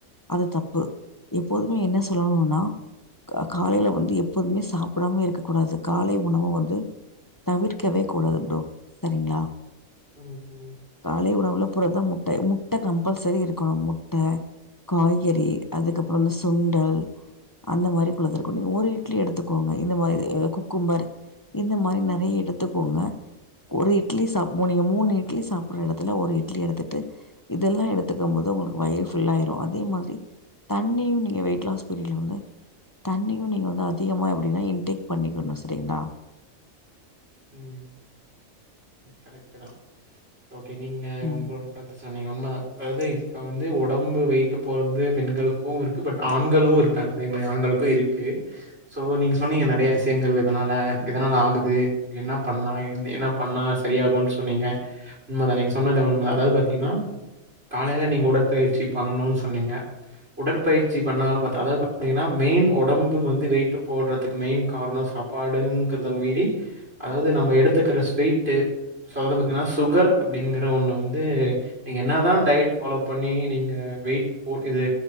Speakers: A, on the left; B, on the right.
A: அது தப்பு எப்போதுமே என்ன சொல்லணுனா க காலையில வந்து எப்போதுமே சாப்பிடாம இருக்க கூடாது காலை உணவு வந்து தவிர்க்கவே கூடாது ப்ரோ சரிங்ளா
B: ம் ம்
A: காலை உணவுல புரதம் டை முட்ட கம்பல்சரி இருக்கனு முட்ட காய்கறி அதுக்கப் றம் இந்த சுண்டல் அந்த மாரி குள்ளதிருக்கு நீங்க ஒரு இட்லி எடுத்துக்கோங்க இந்த மாரி குக்கும்பர் இந்த மாரி நறைய எடுத்துக்கோங்க ஒரு இட்லி ச நீங்க மூணு இட்லி சாப்பட்ற எடத்துல ஒரு இட்லி எடுத்துட்டு இதெல்லா எடுத்துக்கும் போது உங்களுக்கு வயிறு ஃபுல்லயிரும் அதே மாரி தண்ணியு நீங்க வெயிட் லாஸ் பீரியடில் வந்து தண்ணியு நீங்க வந்து அதிகமாக எப்படின்னா இன்டேக் பண்ணிக்கணு சரிங்ளா
B: உம் கரெக்ட் தா ஓகே நீங்க
A: ம்
B: உங்களோட கருத்து சொன்னீங்க உண்மைதா அத இப்போ வந்து ஒடம்பு வெயிட்டு போட்றது பெண்களுக்கூ இருக்கு பட் ஆண்களோ இருகாங்க அதே மாரி ஆண்களுக்கும் இருக்கு ஸோ நீங்க சொன்னீங்க நறையா விஷயங்கள் இதனால் எதனால ஆகுது என்ன பண்லா என்ன பண்ணா சரியாகுன்னு சொன்னீங்க உண்மைதா நீங்க சொன்னது உண்ம அதாவது பாத்தீங்கன்னா காலையில நீங்க உடற்பயிற்சி பண்ணணும்ன்னு சொன்னீங்க உடற்பயிற்சி பண்ணாலு பத்த அதாவது பாத்தீங்கன்னா மெயின் உடம்பு வந்து வெயிட்டு போடுறதுக்கு மெயின் காரணம் சாப்பாடுங்கறத மீறி அதாவது நம்ம எடுத்துக்கிற ஸ்வீட்டு அதாது பாத்தீங்கன்னா சுகர் அப்படிங்கற ஒண்ணு வந்து நீங்க என்னதா டயட் ஃபாலோ பண்ணி நீங்க வெயிட் போ இது